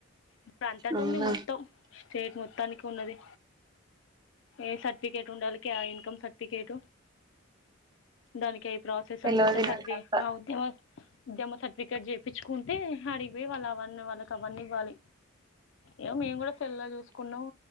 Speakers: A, on the left; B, on the right.
A: ఇప్పుడు అంతటి
B: అవునా
A: ఉంది మొత్తం స్టేట్ మొత్తానికి కున్నది ఏస్ సర్టిఫికెట్ ఉండల్లకి ఆ ఇన్ కమ్ సర్టిఫికేట్ దానికె ప్రాసెస్
B: తెలవదు
A: అంత ఉంటయ్ <unintelligible>
B: నాకు అంత
A: జెమ్మ సర్టిఫికేట్ జేపిచ్చుకుంటే హడిగిబోయ్ వాళ్ళు అవన్నీ వాళ్ళకి అవన్నీ ఇవ్వాలి ఏమో మేము గుడా సెల్లొ జూసుకున్నాం